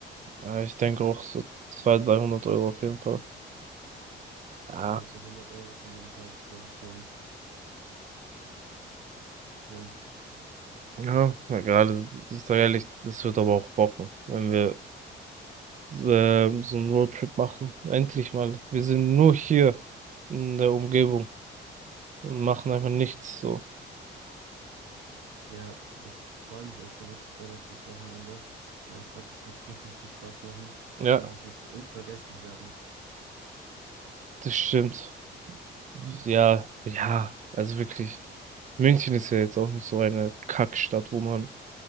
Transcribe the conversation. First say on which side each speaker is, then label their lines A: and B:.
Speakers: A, on the right; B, on the right.
A: Ja, ich denke auch so 200, 300 Euro auf jeden Fall. Ja.
B: Ja, so 100 Euro für jeden Tag ist, glaube ich, schon drin.
A: Ja, na gerade, ich sage ehrlich, das wird aber auch bocken, wenn wir ähm, so einen Roadtrip machen. Endlich mal. Wir sind nur hier in der Umgebung und machen einfach nichts so.
B: Ja, ich freue mich auch schon richtig doll auf das Wochenende, weil ich glaube, das wird richtig viel Spaß machen
A: Ja,
B: und es wird so unvergesslich werden.
A: das stimmt. Ja, ja, also wirklich. München ist ja jetzt auch nicht so eine Kackstadt, wo man